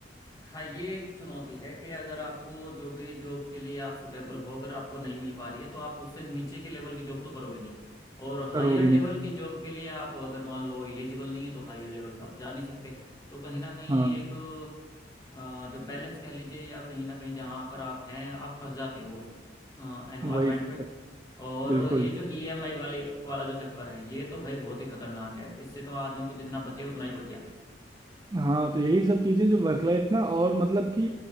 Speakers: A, on the left; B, on the right.
A: हाँ ये एक चुनौती है कि अगर आपको जो भी जॉब के लिए आप सुटेबल हो अगर आपको नहीं मिल पा रही है तो आप उससे नीचे के लेवल की जॉब तो करोगे नहीं और हायर
B: कर होगी
A: लेवल
B: नहीं
A: की जॉब के लिए आप अगर मान लो एलिजिबल नहीं है तो हायर लेवल पे आप जा नहीं सकते तो कहीं ना कहीं
B: हाँ
A: एक अ, जो बैलेंस कह लीजिए या कहीं ना कहीं जहाँ पर आप हैं आप फंस जाते हो उस एनवायरमेंट
B: वही दिक्कत,
A: में और
B: बिल्कुल
A: ये जो ईएमआई वाले वाला जो चक्कर है ये तो भाई बहुत ही खतरनाक है इससे तो आदमी को जितना बचे उतना ही बढ़िया
B: हाँ तो यही सब चीजें जो वर्क लाइफ ना और मतलब कि